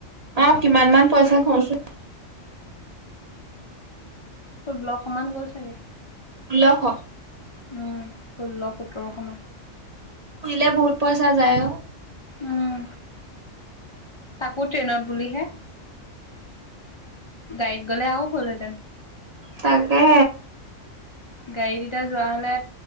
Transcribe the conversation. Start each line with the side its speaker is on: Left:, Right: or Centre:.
Right: অ', কিমান মান পইচা খৰচ হ'ল।
Left: ষোল্লশ মান গ'ল চাগে।
Right: ষোল্লশ।
Left: উম, ষোল্ল সোতৰশ।
Right: ফুৰিলে বহুত পইচা যায় অ'।
Left: উম, তাকো ট্ৰেইনত বুলিহে। গাড়ীত গ'লে আও হ'লহেঁতেন।
Right: তাকে।
Left: গাড়ীত এতিয়া যোৱা হ'লে,